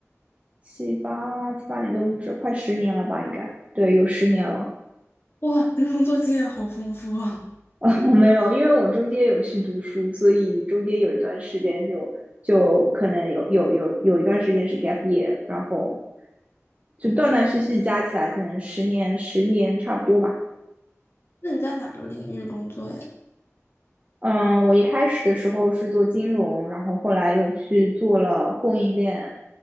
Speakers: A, on the right; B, on the left.
A: 七八七八年都不止，快十年了吧？应该，对，有十年了。
B: 哇，你工作经验好丰富啊！
A: <laughs> 我没有，因为我中间有去读书，所以中间有一段时间就就可能有有有有一段时间是 gap year，然后就断断续续加起来，可能十年十年差不多吧。
B: 那你在哪个领域工作呀？
A: 嗯，我一开始的时候是做金融，然后后来又去做了供应链，